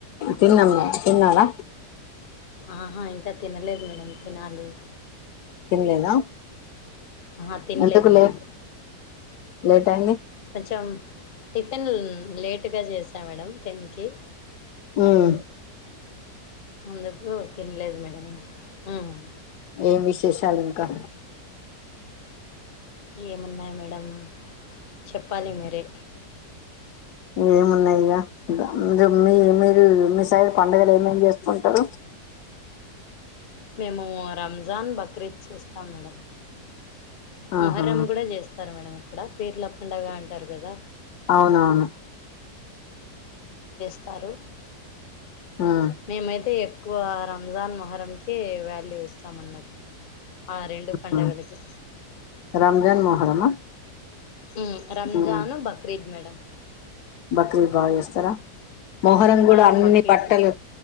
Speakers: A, on the left; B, on the left.
A: తిన్నాం మీరు తిన్నారా
B: ఆహా ఇంకా తినలేదు మేడమ్ తినాలి
A: తినలేదా
B: ఆహా తినలేదు
A: ఎందుకు లేట్
B: మేడం
A: లేట్ అయింది
B: కొంచెం టిఫిన్ లేటుగా చేసాం మేడం టెన్ కి
A: ఆమ్
B: అందుకు తినలేదు మేడం ఉమ్
A: ఏం విశేషాలు ఇంకా
B: ఏమున్నాయి మేడం చెప్పాలి మీరే
A: ఉమ్ ఏమున్నాయి ఇక మీ మీరు మీ సైడు పండుగలు ఏమేమి చేసుకుంటారు
B: మేము రంజాన్ బక్రీద్ చూస్తాం మేడం
A: ఆహా
B: మొహర్రం కూడా చేస్తారు మేడం ఇక్కడ పీర్ల పండుగ అంటారు కదా
A: అవునవును
B: సారు
A: ఉమ్
B: మేమైతే ఎక్కువ రంజాన్ మొహరంకి వాల్యూ ఇస్తామన్నట్టు ఆ రెండు పండుగలకి
A: ఉమ్ రంజాన్ మొహరమా
B: ఉమ్ రంజాన్
A: ఉమ్
B: బక్రీద్ మేడం
A: బక్రీద్ బా చేస్తారా మొహరం కూడా
B: ఆ,
A: అన్ని
B: బక్రీద్
A: బట్టలు